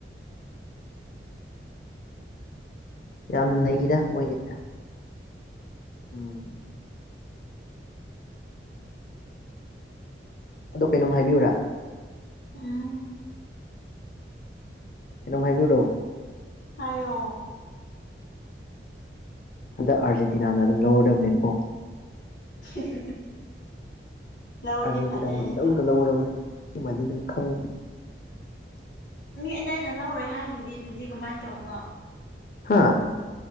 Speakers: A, on the left; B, on the left.
A: ꯌꯥꯝ ꯅꯩꯗ ꯃꯣꯏꯒꯤ ꯎꯝ ꯑꯗꯣ ꯀꯩꯅꯣꯝ ꯍꯥꯏꯕꯤꯌꯨꯨꯔꯥ
B: ꯎꯝ
A: ꯀꯩꯅꯝ ꯍꯥꯏꯕꯤꯌꯨꯔꯣ
B: ꯍꯥꯏꯌꯣ
A: ꯍꯟꯗꯛ ꯑꯥꯔꯖꯦꯟꯇꯤꯅꯥꯅ ꯑꯗꯨꯝ ꯂꯧꯔꯗꯕꯅꯦꯀꯣ
B: <unintelligible> ꯂꯧꯔꯗꯤ
A: ꯑꯥꯔꯖꯦꯟꯇꯤꯅꯥꯅꯦ
B: ꯐꯖꯩꯅꯦ
A: ꯂꯧꯗ
B: ꯍꯣꯏ
A: ꯂꯧꯔꯕꯅꯤꯅꯦ ꯁꯤꯃꯗꯤ ꯑꯗꯨꯝ ꯈꯪꯉꯨ
B: ꯃꯤ ꯑꯗꯨꯗꯥꯏꯅ ꯂꯧꯔꯦ ꯍꯥꯏꯗꯨꯗꯤ ꯑꯗꯨꯗꯤ ꯀꯃꯥꯏꯅ ꯇꯧꯕ
A: ꯍꯥꯥ